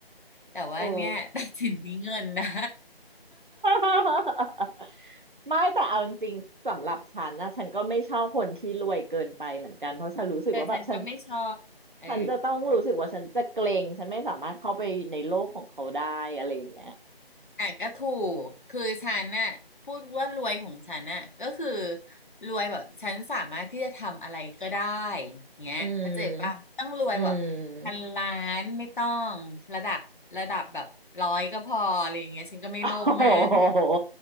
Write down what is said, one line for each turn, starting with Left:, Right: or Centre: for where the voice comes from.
Left: แต่ว่าเนี่ย
Right: โอ้
Left: <laughs> ตัดสินที่เงินได้
Right: <laughs> ไม่แต่เอาจริงๆสำหรับฉันนะฉันก็ไม่ชอบคนที่รวยเกินไปเหมือนกันเพราะฉันรู้สึกว่าแบบฉัน
Left: <laughs> เออฉันก็ไม่ชอบเออ
Right: ฉันจะต้องรู้สึกว่าฉันจะเกรงฉันไม่สามารถเข้าไปในโลกของเขาได้อะไรอย่างเงี้ย
Left: อ่ะก็ถูกคือฉันน่ะพูดว่ารวยของฉันน่ะก็คือรวยแบบฉันสามารถที่จะทำอะไรก็ได้เงี้ยเข้าใจป่ะต้องรวยแบบพันล้านไม่ต้องระดับระดับแบบร้อยก็พออะไรอย่างเงี้ยฉันก็ไม่โลภมาก
Right: อืมอืม <laughs> โอ้โห